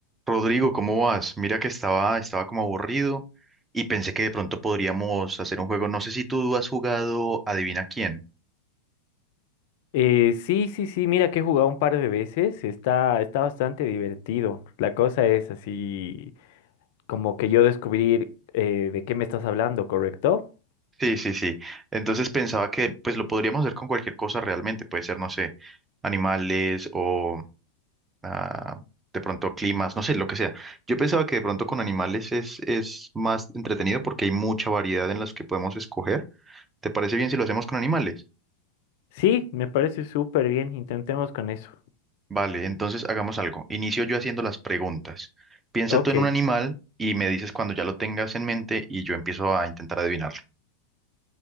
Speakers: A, on the right (about 15°); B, on the left (about 50°).
A: Rodrigo, ¿cómo vas? Mira que estaba, estaba como aburrido y pensé que de pronto podríamos hacer un juego. No sé si tú has jugado Adivina quién.
B: Eh, sí, sí, sí, mira que he jugado un par de veces, está, está bastante divertido. La cosa es así, como que yo descubrir eh, de qué me estás hablando, ¿correcto?
A: Sí, sí, sí. Entonces pensaba que pues lo podríamos hacer con cualquier cosa realmente. Puede ser, no sé, animales o ah, de pronto climas, no sé, lo que sea. Yo pensaba que de pronto con animales es, es más entretenido porque hay mucha variedad en las que podemos escoger. ¿Te parece bien si lo hacemos con animales?
B: Sí, me parece súper bien, intentemos con eso.
A: Vale, entonces hagamos algo. Inicio yo haciendo las preguntas. Piensa
B: Ok,
A: tú en un animal y me dices cuando ya lo tengas en mente y yo empiezo a intentar adivinarlo.